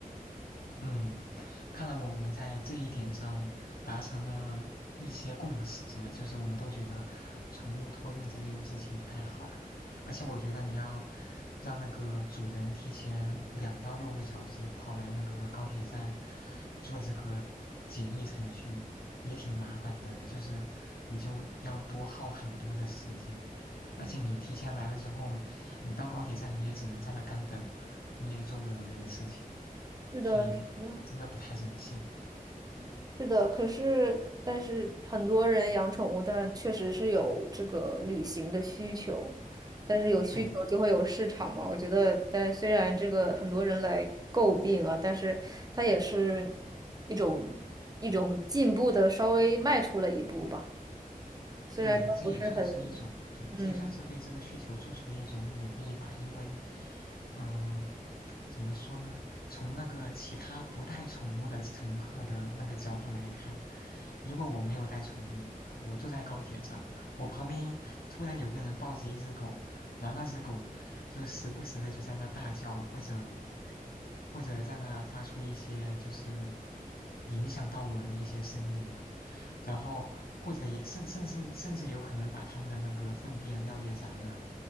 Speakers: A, on the left; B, on the right.
A: 嗯，看来我们在这一点上达成了一些共识，就是我们都觉得宠物托运这件事情不太好，而且我觉得你要让那个主人提前两到六个小时跑来那个高铁站做这个检疫程序，也挺麻烦的，就是你就要多耗很多的时间，而且你提前来了之后，你到高铁站你也只能在那干等，你也做不了别的事情。
B: 是的，
A: 所以真的不太人性。
B: 是的。是的，可是但是很多人养宠物，
A: 嗯，
B: 但确实是有这个旅行的需求，但是有需求就会有市场嘛。
A: 对
B: 我觉得，但虽然这个很多人来诟病啊，但是它也是一种一种进步的，稍微迈出了一步吧。虽然说不是很，
A: 对，这也算是一种，对，
B: 嗯。
A: 这也算是对这个需求做出了一种努力吧。因为，嗯、怎么说呢？从那个其他不带宠物的乘客的那个角度来看，如果我没有带宠物，我坐在高铁上，我旁边突然有个人抱着一只狗，然后那只狗就时不时的就在那大叫，或者或者在那发出一些就是影响到我的一些声音，然后或者也甚甚至甚至有可能把他们的那个粪便、尿液啥的